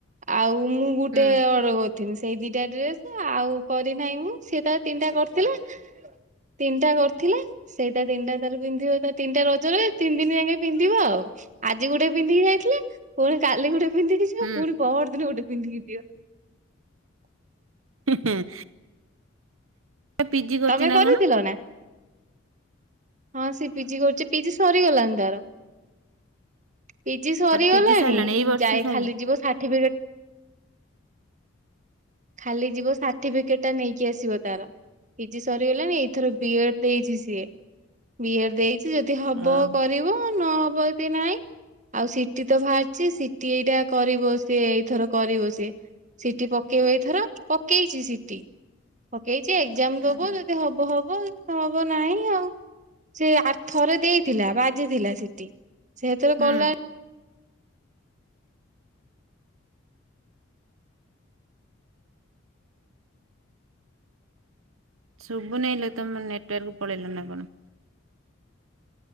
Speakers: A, on the right (about 35°); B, on the right (about 85°).
A: ଆଉ ମୁଁ ଗୁଟେ
B: ହୁଁ
A: ଅଡର କ ଥିନି ସେଇ ଦିଟା ଡ୍ରେସ୍ ଆଉ କରିନାହିଁ ମୁଁ ସିଏ ତାର ତିନିଟା କରିଥିଲା ତିନିଟା କରିଥିଲା ସେଇଟା ତିନିଟା ତାର ପିନ୍ଧିବ ତା ତିନିଟା ରଜ ରେ। ତିନି ଦିନି ଯାଙ୍କେ ପିନ୍ଧିବ ଆଉ ଆଜି ଗୋଟେ ପିନ୍ଧିକି ଯାଇଥିଲା ପୁଣି କାଲି ଗୋଟେ ପିନ୍ଧିକି ଯିବ
B: ହୁଁ
A: ପୁଣି ପହରଦିନ ଗୋଟେ ପିନ୍ଧିକି ଯିବ।
B: ହୁଁ ପିଜି କରୁଛି
A: ତମେ
B: ନା
A: କରିଥିଲ
B: କଣ
A: ନା? ହଁ ସେ ପିଜି କରୁଚି ପିଜି ସ ସରିଗଲାଣି ତାର। ପିଜି ସରିଗଲାଣି
B: ତାର ପିଜି ସରିଲାଣି ଏଇ ବର୍ଷ
A: ଯାଇ
B: ସରିଲା
A: ଖାଲି ଯିବ ସାର୍ଟିଫିକେଟ୍ ଖାଲି ଯିବ ସାର୍ଟିପିକେଟ୍ ଟା ନେଇକି ଆସିବ ତାର। ପିଜି ସରିଗଲାଣି ଏଇଥର ବି ଏଡ ଦେଇଛି ସିଏ ବି ଏଡ ଦେଇଛି ଯଦି ହବ
B: ହୁଁ
A: କରିବ ନ ହ ହବ ଯଦି ନାଇଁ ଆଉ ସିଟି ତ ବାହାରିଛି ସିଟି ଏଇଟା କରିବ ସିଏ ଏଇଥର କରିବ ସିଏ ସିଟି ପକେଇବ ଏଇଥର ପକେଇଛି ସିଟି ପକେଇଛି ଏକ୍ଜାମ୍ ଦବ
B: ହୁଁ
A: ଯଦି ହବ ହବ ହବ ହବ ନାହିଁ ଆଉ ସେ ଆ ଥରେ ଦେଇଥିଲା ବାଜିଥିଲା ସିଟି ସେଥିରେ
B: ହୁଁ
A: କଲା
B: ଶୁବୁ ନେଇଲୋ, ତମ ନେଟୱାର୍କ ପଳେଇଲା ନା କଣ?